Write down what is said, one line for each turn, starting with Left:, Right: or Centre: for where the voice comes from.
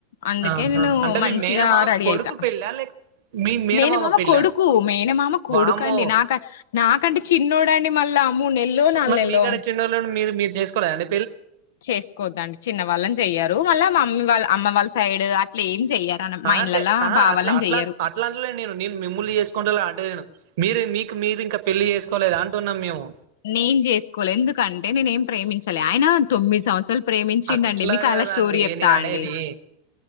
Left: అందుకే
Right: ఆహా
Left: నేను
Right: అంటే
Left: మంచిగా
Right: మీ మేనమామ
Left: రెడీ
Right: కొడుకు
Left: అయితా
Right: పెళ్ళా లేక మీ
Left: మేనమామ
Right: పెళ్ళా
Left: కొడుకు మేనమామ కొడుకండి
Right: వామ్మో
Left: నాక నాకంటే చిన్నోడండి మళ్ళా మూడు నెల్లో నాలుగు
Right: మరి
Left: నెల్లో
Right: మీ కంటే చిన్నోళ్ళుని మీరు మీరు చేసుకోర అండి
Left: చేసుకోద్దండి చిన్న వాళ్ళని చెయ్యారు మళ్ళా మా అమ్మ వాళ్ళ అమ్మమ్మ వాళ్ళ సైడ్ అట్లే ఏం చెయ్యరు అన మా
Right: ఆహ
Left: ఇండ్లలా
Right: అంటే ఆహా
Left: బావాలని
Right: అట్లా అలా
Left: చెయ్యరు
Right: అట్లా అంటలేను నేను నేను మిమ్ముల్ని చేసుకుంట అంటలేను మీరే మీకు మీరు ఇంకా పెళ్లి చేసుకోలేద అంటున్నాం మేము
Left: నేను చేసుకోవాలే ఎందుకంటే నేనేం ప్రేమించాలే ఆయన తొమ్మిది సంవత్సరాలు ప్రేమించిండు
Right: అట్లా
Left: అండి మీకు అలా
Right: కాదండి
Left: స్టోరీ చెప్తా
Right: నేను అనేది
Left: అండి